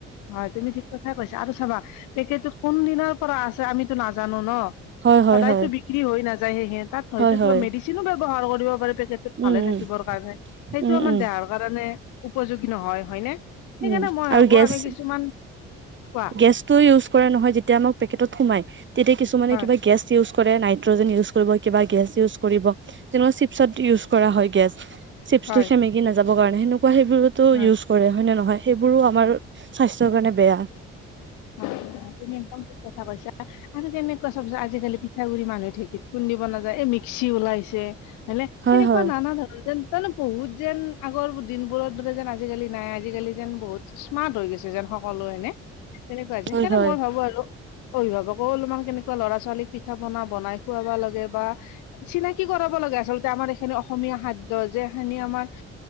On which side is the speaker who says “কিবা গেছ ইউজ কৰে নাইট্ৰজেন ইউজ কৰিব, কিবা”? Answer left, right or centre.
Right